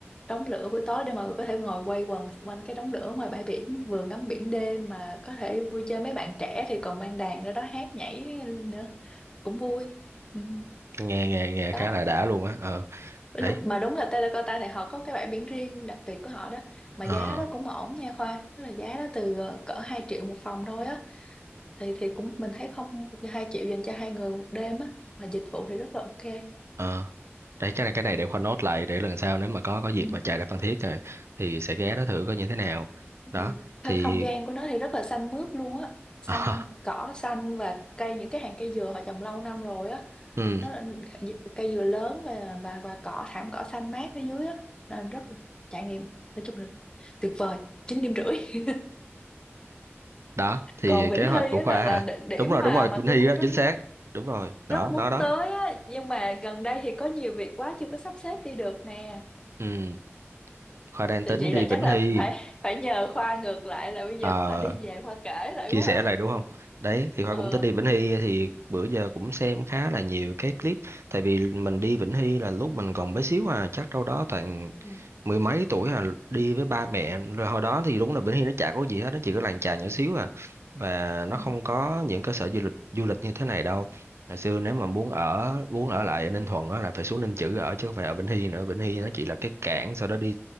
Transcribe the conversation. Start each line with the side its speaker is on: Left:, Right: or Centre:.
Left: đống lửa buổi tối để mọi người có thể ngồi quay quần xung quanh cái đống lửa ngoài bãi biển vừa ngắm biển đêm mà có thể vui chơi mấy bạn trẻ thì còn mang đàn ra đó hát nhảy nữa cũng vui ừ.
Right: nghe nghe nghe
Left: đó
Right: khá là đã luôn á ờ đấy
Left: Đúng- mà đúng là Terracotta thì họ có cái bãi biển riêng đặc biệt của họ đó mà
Right: ờ
Left: giá đó cũng ổn nha Khoa tức là giá đó từ ờ, cỡ 2 triệu một phòng thôi á thì thì cũng mình thấy không 2 triệu dành cho hai người một đêm á mà dịch vụ thì rất là ok
Right: ờ đấy chắc là cái này
Left: Ừ.
Right: để khoa nốt lại để lần sau nếu mà có có dịp
Left: Ừ.
Right: mà chạy ra Phan Thiết rồi thì sẽ ghé đó thử coi như thế nào đó
Left: ừ. Thôi
Right: thì
Left: không gian của nó thì rất là xanh mướt luôn á xanh
Right: <laughs> à,
Left: cỏ xanh và cây những cái hàng cây dừa họ trồng lâu năm rồi á
Right: ừ
Left: nó là dừa- cây dừa lớn và và và cỏ thảm cỏ xanh mát ở dưới á nên rất là trải nghiệm nói chung là tuyệt vời chín điểm rưỡi
Right: đó thì
Left: còn Vĩnh
Right: kế hoạch
Left: Hy
Right: của
Left: á
Right: khoa
Left: là là
Right: hả
Left: địa- điểm
Right: đúng rồi
Left: mà
Right: đúng rồi
Left: mà
Right: Vĩnh
Left: tôi
Right: Hy
Left: cũng
Right: đó
Left: rất
Right: chính xác
Left: muốn
Right: đúng rồi đó
Left: rất muốn
Right: đó đó
Left: tới á nhưng mà gần đây thì có nhiều việc quá chưa có sắp xếp đi được nè
Right: ừ khoa đang
Left: Thì
Right: tính
Left: vậy
Right: đi
Left: là chắc
Right: Vĩnh Hy
Left: là phải phải nhờ Khoa ngược lại là bây giờ
Right: Ờ,
Left: Khoa đi về Khoa kể lại
Right: chia
Left: quá
Right: sẻ
Left: à.
Right: lại đúng không? Đấy, thì Khoa
Left: ờ
Right: cũng tính đi Vĩnh Hy thì bữa giờ cũng xem khá là nhiều cái clip. Tại vì mình đi Vĩnh Hy là lúc mình còn bé xíu à, chắc đâu đó toàn
Left: ừ
Right: mười mấy tuổi à, đi với ba mẹ. Rồi hồi đó thì đúng là Vĩnh Hy nó chả có gì hết, nó chỉ có làng chài nhỏ xíu à. Và nó
Left: ừ
Right: không có những cơ sở du lịch du lịch như thế này đâu. Hồi xưa nếu mà muốn ở muốn ở lại ở Ninh Thuận á là phải xuống Ninh Chữ ở chứ không phải ở Vĩnh Hy nữa. Vĩnh Hy nó chỉ là cái cảng sau đó đi